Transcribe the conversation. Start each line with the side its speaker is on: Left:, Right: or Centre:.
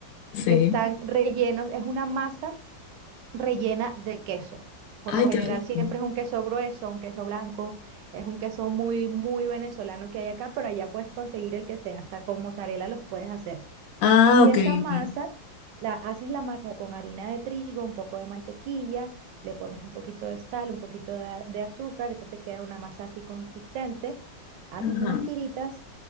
Left: sí.
Right: que están rellenos, es una masa rellena de queso. Por
Left: Ay,
Right: lo general
Left: qué rico.
Right: siempre es un queso grueso, un queso blanco, es un queso muy, muy venezolano que hay acá, pero allá puedes conseguir el que sea, hasta con mozzarella los puedes hacer.
Left: Ah,
Right: Y
Left: ok,
Right: esa masa,
Left: ok.
Right: la, haces la masa con harina de trigo, un poco de mantequilla, le pones un poquito de sal, un poquito de, a- de azúcar, eso te queda una masa así consistente. Haces
Left: Ajá.
Right: unas tiritas,